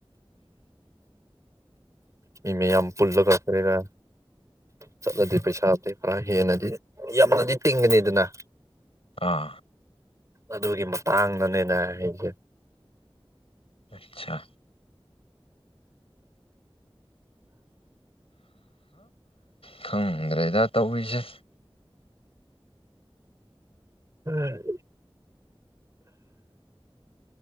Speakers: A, on the right (about 35°); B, on the left (about 80°).
A: ꯃꯤ ꯃꯌꯥꯝ ꯄꯨꯜꯂ ꯀꯔꯦꯔ꯫ ꯆꯠꯂꯗꯤ ꯄꯩꯁꯥꯁꯦ ꯈꯔ ꯍꯦꯟꯅꯗꯤ ꯌꯥꯝꯅꯗꯤ ꯇꯤꯡꯒꯅꯤꯗꯅ꯫
B: ꯑꯥ
A: ꯑꯗꯨꯒꯤ ꯃꯇꯥꯡꯗꯅꯦꯅꯦ ꯑꯩꯁꯦ꯫
B: ꯑꯆꯥ꯫ ꯈꯪꯗ꯭ꯔꯦꯗ ꯇꯧꯔꯤꯁꯦ꯫
A: ꯎꯝ꯫